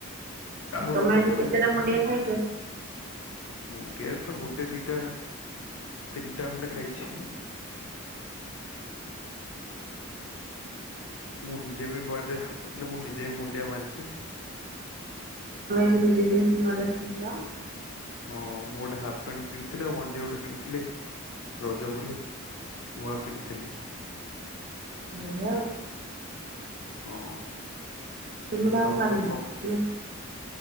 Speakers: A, on the left (about 75°); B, on the right (about 40°).
A: ଆଉ
B: ତମେ
A: ରଜ
B: ଆଜି
A: କଣ
B: କେତେ
A: ଏମିତି
B: ଟା ମୁଣ୍ଡିଆ ଖାଇଛ
A: ମୁଣ୍ଡିଆ ତ ଗୋଟେ ଦିଟା ତିନିଟା ଖଣ୍ଡେ ଖାଇଛି ମୁଁ ନିଜେ ବି ନୂଆ ଡ୍ରେଥିଲି ମୁଁ ନିଜେ ବି ମୁଣ୍ଡିଆ ମାରିଛି
B: ଜ ନିଜ ଡେ ଅର୍ଡରା
A: ହଁ ମୁଁ ଗୋଟେ ହାଫ ପ୍ୟାଣ୍ଟ କିଣିଥିଲି ଆଉ ଗଞ୍ଜି ଗୋଟେ କିଣିଥିଲି ରଜ ବୋଲି ନୂଆ ପିନ୍ଧିଥିଲି
B: ବଢିଆ ଆଉ।
A: ହଁ
B: ତୁମେ ଟାକୁ
A: ଆଉ
B: ମାରିନ
A: ତମ କ
B: ତମେ